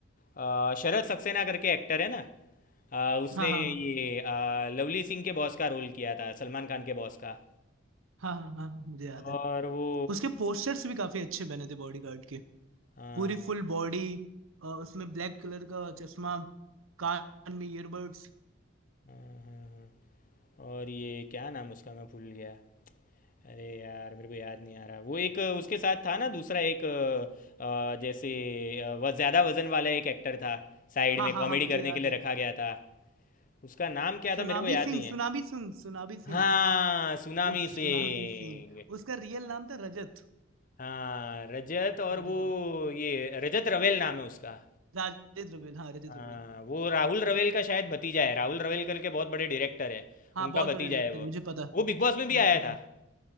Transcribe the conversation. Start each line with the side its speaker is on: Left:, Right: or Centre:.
Left: अ, शरद सक्सेना करके एक्टर है ना अ, उसने
Right: हाँ हाँ
Left: ये
Right: हाँ
Left: अ, लवली सिंह के बॉस का रोल किया था सलमान खान के बॉस का
Right: हाँ हाँ हाँ हाँ, मुझे याद
Left: और
Right: है
Left: वो
Right: उसके पोस्टर्स भी काफी अच्छे बने थे बॉडी गार्ड के
Left: हाँ
Right: पूरी
Left: हाँ
Right: फुल बॉडी उसमें ब्लैक कलर का चश्मा कान में ईयरबड्स
Left: हाँ हाँ हाँ। और ये क्या नाम उसका मैं भूल गया अरे यार मेरे को याद नहीं आ रहा वो एक उसके साथ था ना दूसरा एक अ, अ, जैसे अ, वह ज़्यादा वजन वाला एक एक्टर था साइड
Right: हाँ
Left: में
Right: हाँ
Left: कॉमेडी
Right: हाँ मुझे
Left: करने
Right: याद
Left: के लिए
Right: है
Left: रखा गया था उसका नाम क्या
Right: Tsunami
Left: था मेरे को याद
Right: Singh
Left: नहीं है।
Right: tsunami Singh tsunami Singh
Left: हाँ सुनामी
Right: उस
Left: सिंह
Right: सुनामी सिंह उसका रियल नाम था रजत
Left: हाँ रजत और
Right: रजत
Left: वो
Right: अब-
Left: ये रजत रवेल नाम है उसका
Right: राजेश रवेल हाँ रजत
Left: हाँ
Right: रवेल
Left: वो राहुल रवेल का शायद भतीजा है राहुल रवेल करके बहुत बड़े डायरेक्टर है
Right: हाँ
Left: उनका
Right: बहुत बड़ा
Left: भतीजा
Right: डायरेक्टर
Left: है वो
Right: मुझे पता
Left: वो बिग बॉस में भी
Right: मुझे
Left: आया
Right: पता
Left: था